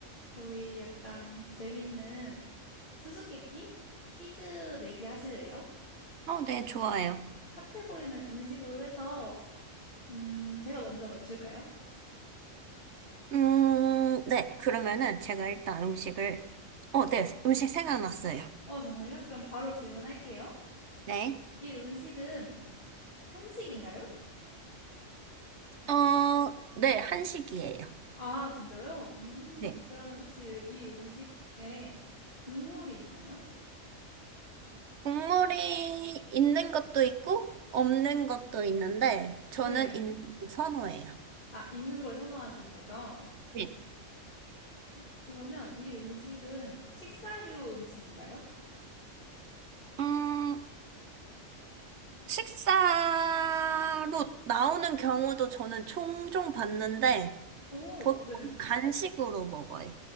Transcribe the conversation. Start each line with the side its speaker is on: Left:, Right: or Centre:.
Left: 저희 약간 재밌는 수수께끼? 퀴즈 내기 하실래요?
Right: 어, 네, 좋아요.
Left: 카테고리는 음식으로 해서, 음, 제가 먼저 맞출까요?
Right: 음, 네, 그러면은 제가 일단 음식을, 어, 네, 음식 생각났어요.
Left: 어, 정말요? 그럼 바로 질문할게요.
Right: 네.
Left: 이 음식은 한식인가요?
Right: 어, 네, 한식이에요.
Left: 아, 진짜요? 음,
Right: 네.
Left: 그러면 혹시 이 음식에 국물이 있나요?
Right: 국물이 있는 것도 있고, 없는 것도 있는데, 저는
Left: 네.
Right: 있는 걸 선호해요.
Left: 아, 있는 걸 선호하시는 거죠?
Right: 네.
Left: 그러면 이 음식은 식사류 음식인가요?
Right: 음, 식사로 나오는 경우도 저는 종종 봤는데,
Left: 오,
Right: 보통
Left: 네.
Right: 간식으로 먹어요.